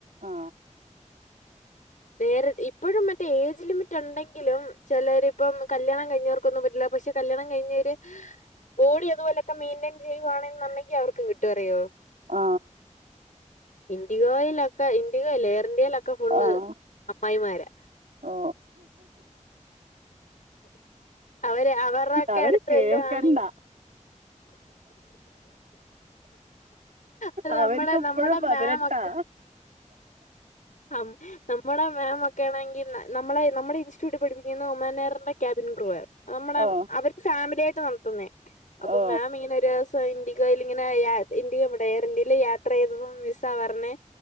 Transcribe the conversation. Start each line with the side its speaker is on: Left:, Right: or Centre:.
Right: ആ
Left: നേരേ, ഇപ്പഴും മറ്റേ ഏജ് ലിമിറ്റ് ഒണ്ടെങ്കിലും ചെലരിപ്പം കല്യാണം കഴിഞ്ഞവർക്കൊന്നും പറ്റില്ല. പക്ഷെ കല്യാണം കഴിഞ്ഞവര് ഓടി അതുപോലൊക്കെ മെയിന്റയിൻ ചെയ്യുകയാണെന്നുണ്ടെങ്കിൽ അവർക്കും കിട്ടും അറിയുവോ.
Right: ആ
Left: ഇൻഡിഗോയിലൊക്കെ ഇൻഡിഗോല്ല എയർ ഇന്ത്യയിലൊക്കെ ഫുള്ള്
Right: ആഹ്
Left: അമ്മായിമാരാ.
Right: ഓ
Left: അവര് അവരുടെക്കെ
Right: അവര്
Left: അടുത്ത്
Right: കേൾക്കണ്ട
Left: ചെല്ലുവാണെങ്കി അത്
Right: അവർക്ക്
Left: നമ്മടെ
Right: ഇപ്പഴും
Left: നമ്മടെ
Right: പതിനെട്ടാ
Left: മാമൊക്കെ ആ നമ്മുടെ മാമൊക്കെ ആണെങ്കി നമ്മളെ നമ്മുടെ ഇൻസ്റ്റിറ്റ്യൂട്ടിൽ പഠിപ്പിക്കുന്ന ഒമാനെയറിന്റെ ക്യാബിൻ ക്രൂവാണ് നമ്മുടെ,
Right: ഓ
Left: അവര് ഫാമിലി ആയിട്ട് നടത്തുന്നേ അപ്പം
Right: ഓ
Left: മാം ഇങ്ങനെരു ഇൻഡിഗോയിൽ ഇങ്ങനെ ഇൻഡിഗോ പോട്ടെ എയർ ഇന്ത്യയില് യാത്ര ചെയ്തപ്പോ മിസ്സാ പറഞ്ഞെ